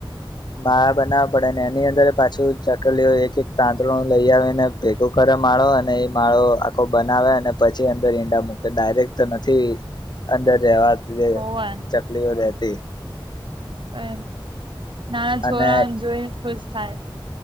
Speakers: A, on the left (about 50°); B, on the right (about 65°).
A: માળા બનાવવા પડે ને એની અંદર પાછું ચકલી એક-એક તાંતળું લઈ આવીને ભેગું કર તા માળો અને એ માળો આખો બનાવે, અને પછી અંદર ઈંડા મૂકે. ડાયરેક્ટ તો નથી અંદર રહેવા જે
B: હોવે
A: ચકલીઓ રહેતી.
B: અને નાના છોરાઓને
A: અને
B: જોઈને ખુશ થાય.